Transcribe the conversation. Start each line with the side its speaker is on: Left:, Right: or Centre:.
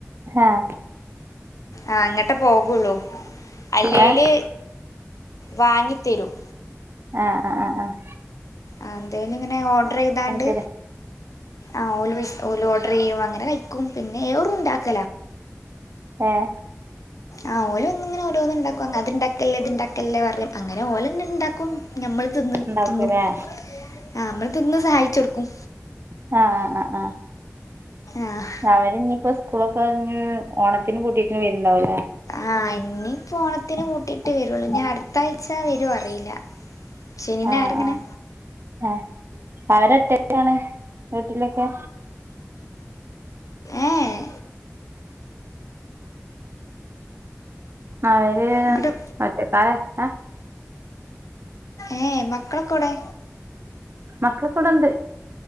Right: ആഹ്
Left: ആഹ് അങ്ങട്ട് പോകുള്ളൂ അല്ലേല്
Right: ഏഹ്
Left: വാങ്ങി തെരും
Right: ആഹ്‌ ആഹ്‌ ആഹ്‌ ആഹ്‌
Left: ആഹ് എന്തേലും ഇങ്ങനെ ഓർഡർ ചെയ്താണ്ട്
Right: തരും
Left: ആഹ് ഓല് പൈസ ഓല് ഓഡർ ചെയ്യും അങ്ങനെ കഴിക്കും പിന്നെ വേറേം ഉണ്ടാക്ക
Right: ആഹ്‌
Left: ആഹ് ഓലും വന്ന് ഇങ്ങനെ ഓരോന്ന് ഇണ്ടാക്കും അത്ണ്ടാക്കല്ലേ ഇത്ണ്ടാക്കല്ലേ പറയും അങ്ങനെ ഓല് പിന്നെ ഉണ്ടാക്കും ഞമ്മൾ തിന്ന്
Right: ഉണ്ടാക്കൂലേ
Left: തിന്നും
Right: ആഹ്
Left: ആഹ് നമ്മള് തിന്ന് സഹായിച്ചു കൊടുക്കും
Right: അഹ് അഹ് അഹ്
Left: ആഹ്
Right: അവര് ഇനിപ്പോ സ്കൂളൊക്കെഞ്ഞ് ഓണത്തിന് പൂട്ടീട്ട് വരുണ്ടാവലേ
Left: ആഹ് ഇനിപ്പൊ ഓണത്തിന് പൂട്ടിയിട്ട് വരുള്ളു ഇനി അടുത്ത ആഴ്ച വരുവോ അറിയില്ല ശനി
Right: ആഹ്
Left: ഞായർ ഇങ്ങനെ
Right: ആഹ് ആ അവരട്ടക്കാണ് വീട്ടിലൊക്കെ.
Left: ഏഹ്
Right: അവര്
Left: ഇങ്ങോട്ട്
Right: ഓറ്റെക്കാല ഏഹ്
Left: ഏഹ് മക്കളൊക്കെ എവ്ടെ
Right: മക്കകെടെണ്ട്